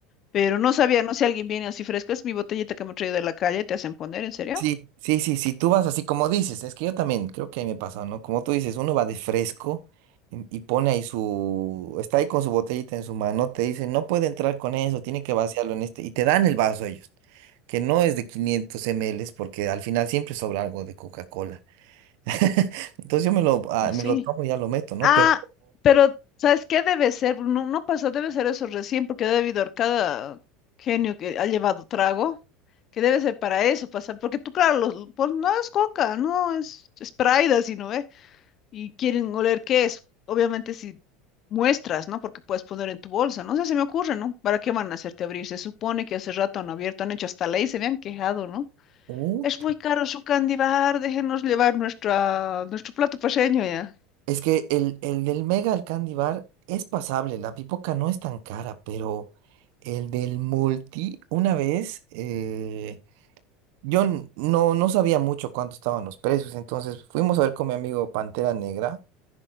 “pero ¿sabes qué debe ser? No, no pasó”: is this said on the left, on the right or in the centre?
Left